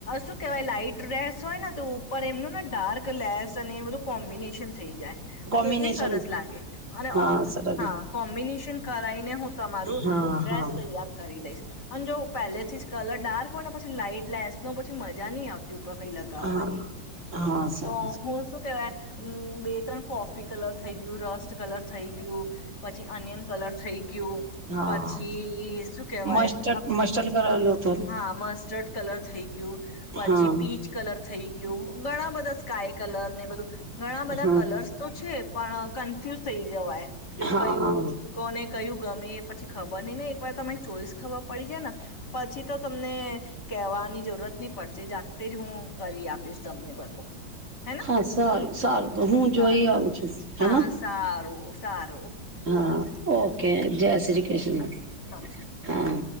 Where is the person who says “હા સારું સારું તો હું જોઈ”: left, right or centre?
Right